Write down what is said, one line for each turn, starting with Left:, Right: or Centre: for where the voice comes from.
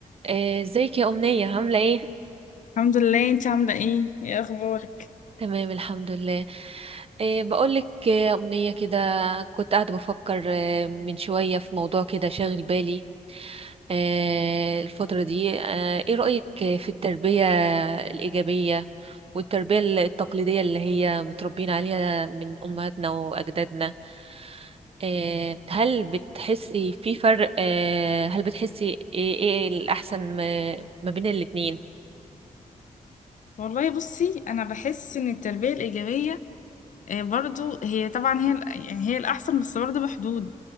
Right: آه، ازيك يا أمنية عاملة ايه؟
Left: الحمد لله انت عاملة ايه ايه اخبارك
Right: تمام الحمد لله آه، بقولك آه، يا أمنية كده كنت قاعدة بفكر آه، من شوية في موضوع كده شاغل بالي آه، الفترة دي آه، ايه رأيك في التربية الإيجابية والتربية التقليدية اللي هي متربيين عليها من أمهاتنا وأجدادنا آه، هل بتحسي في فرق آه، هل بتحسي ايه ايه الأحسن ما ما بين الاتنين؟
Left: والله بصي انا بحس ان التربية الايجابية آه، برضو هي طبعا هي ال- يعني هي الاحسن بس برضو بحدود